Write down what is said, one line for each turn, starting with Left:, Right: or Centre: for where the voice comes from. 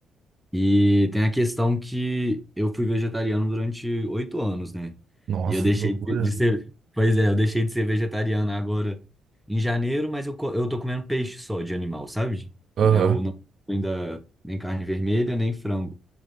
Centre: E tem a questão que eu fui vegetariano durante oito anos, né?
Right: Nossa,
Centre: E eu deixei
Right: que loucura.
Centre: de de ser. Pois é, eu deixei de ser vegetariano agora em janeiro, mas eu, co- eu tô comendo peixe só de animal, sabe?
Right: Aham,
Centre: Eu não como ainda nem carne vermelha, nem frango.